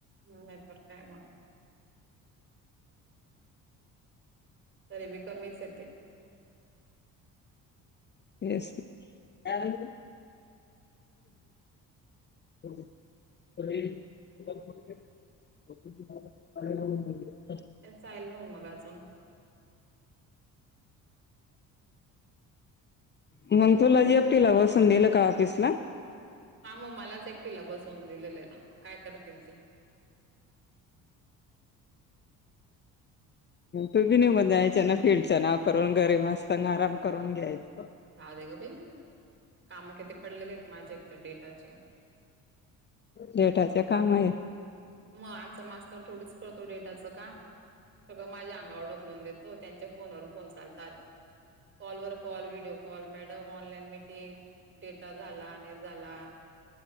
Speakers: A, on the right; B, on the left.
A: हो नाहीतर काय मग? तरीबी कमीच आहे ते
B: तेस न <inaudible> <inaudible>
A: काय चालू आहे मग आजुन?
B: मग तुलाच एकटीला बसून दिलं का ऑफिस ला?
A: हा मग मलाच एकटीला बसवून दिलेलं आहे ना. काय करतील ते? <inaudible>
B: तू बी निघून जायच्य ना, फीलल्डच्य नाव करून घरी मस्त ना आराम करून घ्यायच
A: राहू दे ग बाई, काम किती पडलेले आहेत माझे एक तर डेटाचे!
B: डेटाच काम आहे?
A: मग आमचा मास्तर थोडीच करतो डेटाचं काम. सगळं माझ्या अंगावर ढकलवून देत तो त्यांचे फोन वर फोन चालतात. कॉल वर call, video call, madam online meeting? Data झाला नाही झाला?